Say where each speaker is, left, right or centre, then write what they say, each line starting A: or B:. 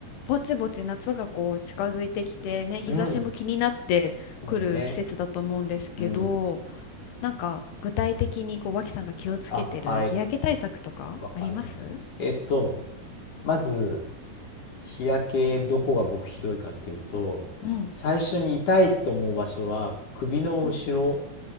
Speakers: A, on the left; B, on the left.
A: ぼちぼち夏がこう近づいてきてね、日差しも気になってくる季節だと思うんですけど、
B: うん、そうだね。うん。
A: なんか具体的にこう脇さんが気をつけてる日焼け対策とかあります
B: あ、はい。わかりました。えっと、まず、日焼け、どこが僕ひどいかっていうと、
A: うん。
B: 最初に痛いと思う場所は首の後ろ
A: うん